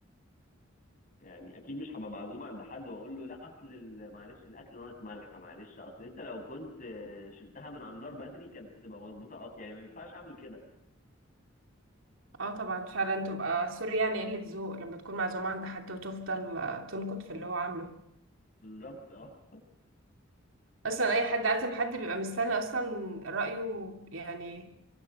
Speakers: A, on the left; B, on the right.
A: يعني اكيد مش هبقى معزوم عند حد واقول له لا اصل ال- معلش الاكل ناقص ملح معلش اصل انت لو كنت آه، شلتها من على النار بدري كانت هتبقى مظبوطة اه يعني ما ينفعش اعمل كده
B: اه طبعا فعلا تبقى سوري يعني قلة ذوق لما تكون معزومة عند حد وتفضل آه، تنكت في اللي هو عامله
A: بالظبط اه
B: اصلا اي حد عازم حد بيبقى مستني اصلا رايه يعني